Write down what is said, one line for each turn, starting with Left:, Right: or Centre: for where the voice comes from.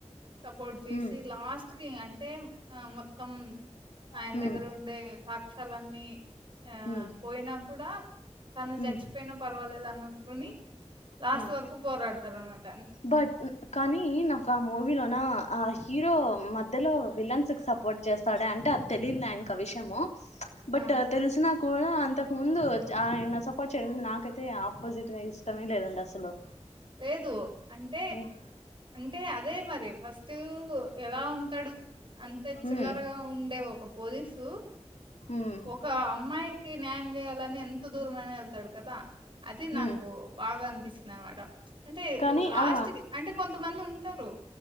Right: సపోర్ట్ జేసి
Left: హ్మ్
Right: లాస్ట్ కి అంటే ఆహ్ మొత్తం. ఆయన
Left: హ్మ్
Right: దగ్గరుండే సాక్ష్యాలన్నీ ఆహ్
Left: హ్మ్
Right: పోయినా కూడా. తను
Left: హ్మ్
Right: చచ్చిపోయినా పర్వాలేదు అన్నుకొని లాస్ట్
Left: హ్మ్
Right: వరకు పోరాడతాడనమాట.
Left: బట్ కానీ నాక్ ఆ మూవీలోనా ఆహ్. హీరో మధ్యలో విలన్స్ కి సపోర్ట్ చేస్తాడే అంటే అది తెలియదులే ఇంకా ఆ విషయము. ప్చ్
Right: ఆ!
Left: బట్ తెలిసినా. కుడా అంతకు ముందు అంటే ఆయన సపోర్ట్ చేయడం నాకైతే ఆపోజిట్ గా ఇష్టమే లేదండి అసలు.
Right: లేదు అంటే
Left: ఉమ్
Right: అంటే అదే మరి ఫస్ట్ ఎలా ఉమ్. ఉంటడు అంతే చిల్లరగా
Left: ఉమ్
Right: ఉండే ఒక పోలీస్.
Left: ఉమ్
Right: ఒక అమ్మాయికి న్యాయం చేయాలని ఎంత దూరమైన వెళ్తాడు కదా. అది నాకు
Left: ఉమ్
Right: బాగా అనిపించిందనమాట అంటే
Left: కానీ
Right: లాస్ట్
Left: ఆ
Right: కి అంటే కొంతమంది ఉమ్. ఉంటారు